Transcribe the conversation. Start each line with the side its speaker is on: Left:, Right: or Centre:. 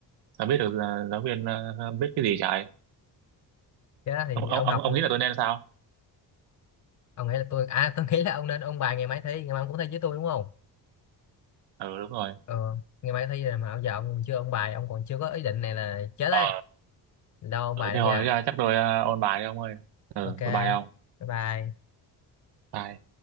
Right: sao biết được à, giáo viên à, biết cái gì trời
Left: cái đó thì
Right: ông ông
Left: ông
Right: ông
Left: học
Right: ông nghĩ là tôi nên sao
Left: ông nghĩ là tôi à tôi <laughs> nghĩ là ông nên ôn bài ngày mai thi ngày mai ông cũng thi với tôi đúng không
Right: ừ đúng rồi
Left: ờ, ngày mai thi rồi mà bây giờ ông còn chưa ôn bài ông còn chưa có ý định này là chết đấy
Right: ờ
Left: đâu ôn
Right: ừ,
Left: bài đây
Right: thế thôi
Left: nha
Right: à, chắc tôi à, ôn bài đi ông ơi ừ
Left: ok
Right: bye bye ông
Left: bye bye
Right: Bye.